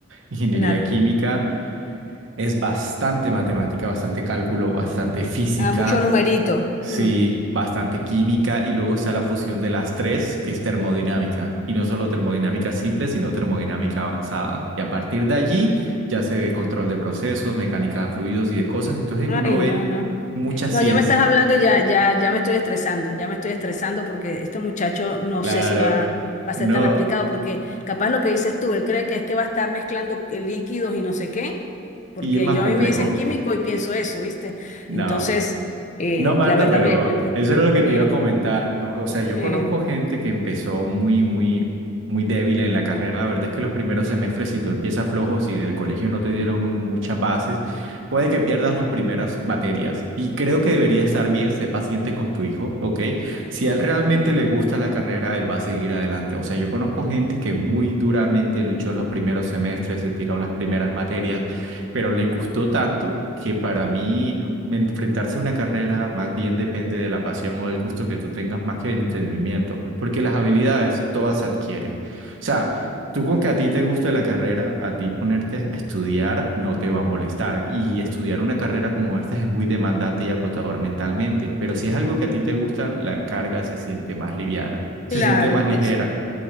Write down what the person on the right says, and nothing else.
Ingeniería
química es bastante matemática, bastante cálculo, bastante física.
Sí,
bastante química y luego está la fusión de las tres, que es termodinámica. Y no solo termodinámica simple, sino termodinámica avanzada. Y a partir de allí ya se ve control de procesos, mecánica de fluidos y de cosas. Entonces
uno
ve
mucha ciencia.
Claro,
no.
Y es más
complejo.
No.
No, Marta,
pero
eso era lo que
te iba a comentar. No, o sea, yo
conozco gente que empezó muy, muy, muy débil en la carrera. La verdad es que los primeros semestres, si tú empiezas flojos y en el colegio no te dieron muchas bases, puede que pierdas las primeras materias. Y creo que debería estar bien, sé paciente con tu hijo, ¿ok? Si a él realmente le gusta la carrera, él va a seguir adelante. O sea, yo conozco gente que muy duramente luchó los primeros semestres, se tiró las primeras materias pero le gustó tanto que para mí mm, enfrentarse a una carrera más bien depende de la pasión o del gusto que tú tengas más que del entendimiento, porque las habilidades todas se adquieren. O sea, tú con que a ti te guste la carrera, a ti ponerte a estudiar no te va a molestar y estudiar una carrera como esta es muy demandante y agotador mentalmente, pero si es algo que a ti te gusta, la carga se siente más liviana, se
siente más ligera.